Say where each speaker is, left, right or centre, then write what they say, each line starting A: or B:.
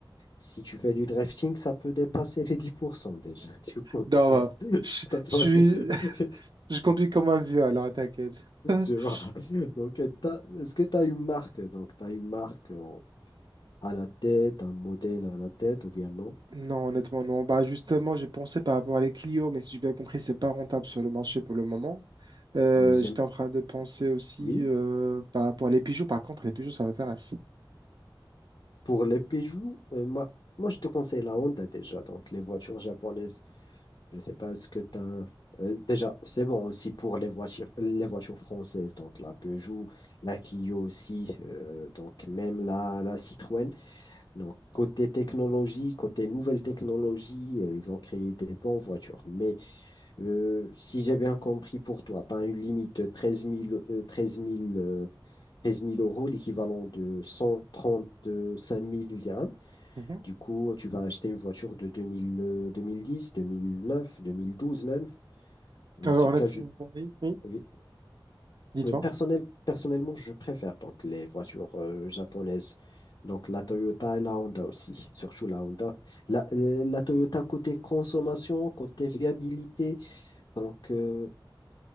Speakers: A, on the left; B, on the right.
A: Si tu fais du drifting, ça peut dépasser les 10% déjà. <laughs> Du coup,
B: Non,
A: c'est
B: bah,
A: <laughs>
B: je
A: c'est à toi.
B: je suis
A: c'est- <laughs>
B: Je conduis comme un vieux, alors t'inquiète.
A: Je
B: <laughs>
A: vois. Donc, euh, t'as- est-ce que tu as une marque? Donc, tu as une marque euh, à la tête, un modèle à la tête ou bien non?
B: Non, honnêtement, non. Bah, justement, j'ai pensé par rapport à les Clio, mais si j'ai bien compris, c'est pas rentable sur le marché pour le moment. Euh,
A: Ah, j'aime.
B: j'étais en train de penser aussi
A: Oui.
B: euh, par rapport à les Peugeot. Par contre, les Peugeot, ça m'intéresse.
A: Pour les Peugeot, euh, moi, moi, je te conseille la Honda déjà, donc les voitures japonaises. Je ne sais pas ce que tu as. déjà, c'est bon aussi pour les voitures, les voitures françaises, donc la Peugeot, la Clio aussi, euh, donc même la, la Citroën. Donc côté technologie, côté nouvelle technologie, euh, ils ont créé des bonnes voitures. Mais euh, si j'ai bien compris pour toi, tu as une limite de 13 000, euh, 13 000, euh, 13 000 euros, l'équivalent de 135 000 dirhams.
B: Mhm.
A: Du coup, tu vas acheter une voiture de 2000, euh, 2010, 2009, 2012 même. Dans
B: Euh, honnêtement,
A: ce cas, je,
B: oui, oui.
A: oui.
B: Dis-toi.
A: Mais Personnel, personnellement, je préfère donc les voitures euh, japonaises. Donc la Toyota et la Honda aussi, surtout la Honda. La, euh, la Toyota côté consommation, côté fiabilité. Donc euh,